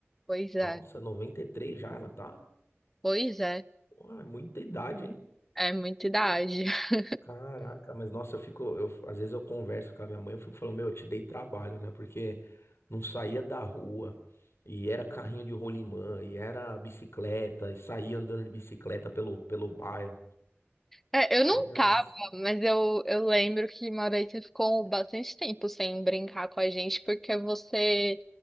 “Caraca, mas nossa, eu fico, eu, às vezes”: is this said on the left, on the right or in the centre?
Left